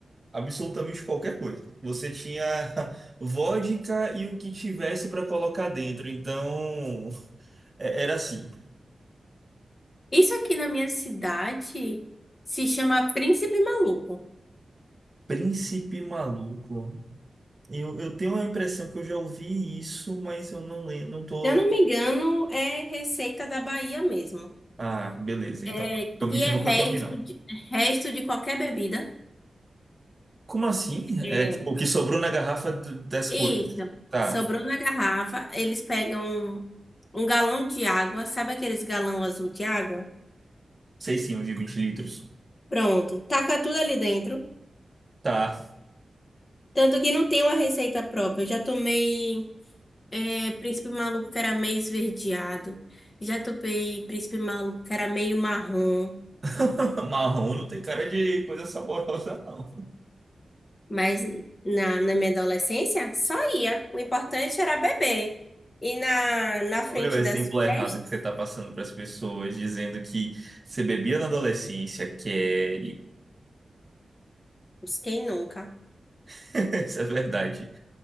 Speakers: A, on the right; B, on the left.
A: Absolutamente qualquer coisa. Você tinha <laughs> vodka e o que tivesse para colocar dentro. Então, é- era assim.
B: Isso aqui na minha cidade se chama Príncipe Maluco.
A: Príncipe maluco. Eu, eu tenho a impressão que eu já ouvi isso, mas eu não lembro, não tô.
B: Se eu não me engano, é receita da Bahia mesmo.
A: Ah, beleza.
B: É,
A: Então, provavelmente
B: que é
A: eu nunca
B: resto
A: tomei, não.
B: de, resto de qualquer bebida.
A: Como assim?
B: é
A: É tipo o que sobrou na garrafa do- das
B: Isso.
A: cores. Tá,
B: Sobrou na garrafa, eles pegam um um galão de água, sabe aqueles galão azul de água?
A: sei sim, os de 20 litros.
B: Pronto, taca tudo ali dentro.
A: Tá.
B: Tanto que não tem uma receita própria. Eu já tomei é, príncipe maluco que era meio esverdeado. Já tomei príncipe maluco que era meio marrom.
A: <laughs> Marrom não tem cara de coisa saborosa, não.
B: Mas na, na minha adolescência, só ia. O importante era beber. E na, na frente
A: Olha o exemplo
B: das
A: errado
B: festas,
A: que você tá passando para as pessoas, dizendo que você bebia na adolescência, Kelly.
B: quem nunca?
A: <laughs> Isso é verdade.